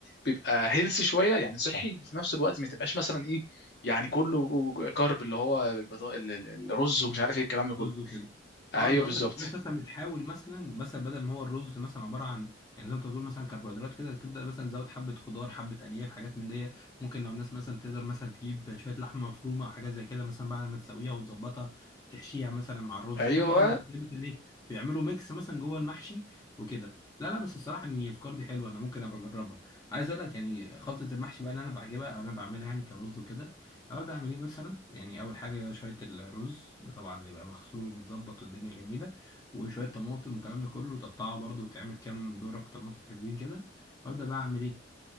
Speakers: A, on the left; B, on the left.
A: بيبقى هيلثي شويه يعني صحي وفي نفس الوقت ما تبقاش مثلا ايه يعني كله كارب اللي هو البطا... ال- ال- الرز ومش عارف ايه الكلام ده كله
B: رز وكده
A: ايوه
B: اه انت قصدك
A: بالظبط
B: الناس مثلا بتحاول مثلا مثلا بدل ما هو الرز مثلا عباره عن يعني زي ما انت بتقول مثلا كربوهيدرات كده تبدا مثلا تزود حبه خضار حبه الياف حاجات من دي ممكن لو الناس مثلا تقدر مثلا تجيب شويه لحمه مفرومه او حاجات زي كده مثلا بعد ما تسويها وتظبطها تحشيها مثلا مع الرز
A: ايوه
B: فهمت قصدك ده مثلا ايه بيعملوا ميكس مثلا جوه المحشي وكده لا لا بس الصراحه ان الافكار دي حلوه انا ممكن ابقى اجربها عايز اقول لك يعني خلطه المحشي بقى اللي انا بعجبها او انا بعملها يعني كرز وكده أبدأ أعمل إيه مثلا يعني أول حاجة شوية الرز وطبعا يبقى مغسول ومتظبط والدنيا جميلة وشوية طماطم والكلام ده كله وتقطعه برضه وتعمل كام دورك طماطم حلوين كده وأبدأ بقى أعمل إيه